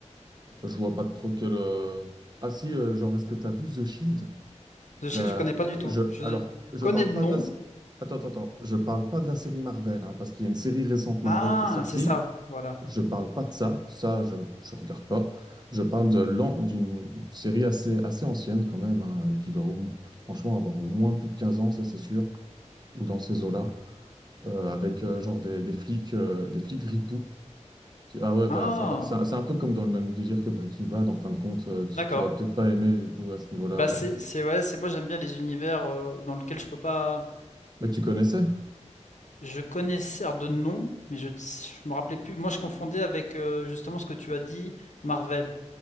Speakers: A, on the right; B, on the left.
A: bah, je vois pas trop quel. euh, Ah si, euh, genre, est-ce que t'as vu The Shield?
B: The
A: La...
B: Shield, je connais pas du tout.
A: Je...
B: Je
A: Alors,
B: je
A: je
B: connais
A: parle
B: de
A: pas
B: nom.
A: de la. sé- Attends, attends, attends. Je parle pas de la série Marvel, hein, parce qu'il y a une série récente Marvel
B: Ah,
A: qui est sortie.
B: c'est ça, voilà.
A: Je parle pas de ça. Ça, je, je regarde pas. Je parle de l'an... d'une série assez, assez ancienne, quand même, hein, euh, qui doit au- franchement avoir au moins plus de 15 ans, ça, c'est sûr, ou dans ces eaux-là. euh, avec euh, genre des, des flics, euh, des flics ripoux. qui- Ah ouais, bah
B: Ah.
A: ça va. C'est un c'est un peu comme dans le même délire que Breaking Bad, en fin de compte. euh, tu,
B: D'accord.
A: tu vas peut-être pas aimer du coup à ce niveau-là.
B: Bah
A: ouais.
B: c'est c'est ouais, c'est moi j'aime bien les univers euh, dans lesquels je peux pas
A: Mais tu connaissais?
B: je connaissais alors, de nom mais je ne s- je me rappelais plus. Moi je confondais avec euh, justement ce que tu as dit Marvel.